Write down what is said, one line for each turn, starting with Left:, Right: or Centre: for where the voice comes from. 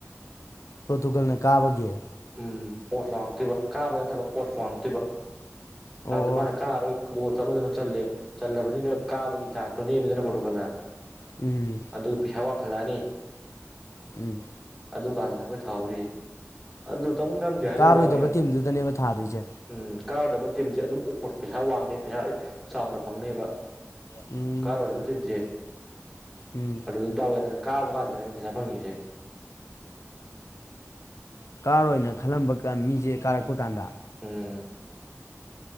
Left: ꯄꯣꯇꯨꯒꯜꯅꯦ ꯀꯥꯕꯒꯤ
Centre: ꯎꯝ ꯑꯣꯠ ꯋꯥꯉꯛꯇꯣꯏꯕ ꯀꯥꯕ ꯅꯠꯇꯕ ꯑꯣꯠ ꯋꯥꯉꯛꯇꯣꯏꯕ
Left: ꯑꯣ
Centre: ꯍꯥꯕꯗꯤ ꯃꯥꯅ ꯀꯥꯔ ꯑꯣꯏ ꯒꯣꯜꯁ ꯑꯃꯗꯨꯅ ꯆꯜꯂꯦ ꯆꯜꯂꯕꯅꯤꯅ ꯀꯥꯕꯒꯤ ꯆꯥꯡꯁ ꯇꯣ ꯅꯦꯝꯃꯤꯗꯅ ꯄꯨꯊꯣꯛꯀꯜꯂ
Left: ꯎꯝ
Centre: ꯑꯗꯨꯒꯤ ꯄꯩꯁꯥꯕ ꯈꯂꯅꯤ
Left: ꯎꯝ
Centre: ꯑꯗꯨꯀꯥꯟꯗꯅ ꯑꯈꯣꯏ ꯊꯥꯍꯧꯔꯤ ꯑꯗꯨ ꯇꯝ ꯉꯝꯗꯦ ꯍꯥꯏꯖꯕ
Left: ꯀꯥꯔꯣꯏꯗꯕ
Centre: ꯋꯥꯅꯤ
Left: ꯇꯤꯝꯗꯨꯗꯅꯦꯕ ꯊꯥꯗꯣꯏꯁꯦ
Centre: ꯎꯝ ꯀꯥꯔꯣꯏꯗꯕ ꯇꯤꯝꯁꯦ ꯑꯗꯨꯝ ꯑꯣ ꯄꯩꯁꯥ ꯋꯥꯡꯅꯦ ꯄꯩꯁꯥ ꯆꯥꯎꯅ ꯐꯪꯅꯦꯕ
Left: ꯎꯝ
Centre: ꯀꯥꯔꯣꯏꯗꯕ ꯇꯤꯝꯁꯦ
Left: ꯎꯝ
Centre: ꯑꯗꯨꯗ ꯗꯥꯎ ꯌꯥꯗꯅ ꯀꯥꯕ ꯀꯥꯟꯗꯅꯦ ꯄꯩꯁꯥ ꯐꯪꯉꯤꯁꯦ
Left: ꯀꯥꯔꯣꯏꯅ ꯈꯜꯂꯝꯕ ꯃꯤꯁꯦ ꯀꯥꯔꯛꯄ ꯀꯥꯟꯗ
Centre: ꯎꯝ